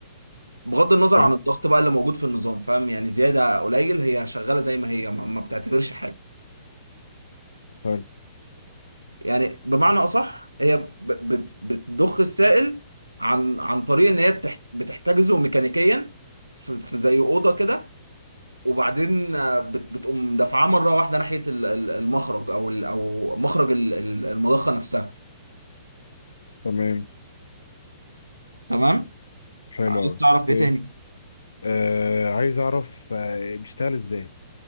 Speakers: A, on the right; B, on the left.
A: بغض النظر
B: حلو
A: عن الضغط بقى اللي موجود في النظام فاهم يعني زياده قليل هي شغاله زي ما هي ما ما بتعتبرش حاجه
B: حلو
A: يعني بمعنى اصح هي ب- ب- بتضخ السائل عن عن طريق ان هي بتح- بتحتجزه ميكانيكيا في في زي اوضه كده وبعدين آه، بت- بتقوم دافعاه مره واحده ناحيه ال- ال- المخرج او ال- او مخرج ال- ال- المضخه نفسها
B: تمام
A: تمام
B: حلو
A: عايز
B: أوي.
A: تعرف ايه
B: اوكي
A: تاني
B: آه عايز اعرف آه بيشتغل ازاي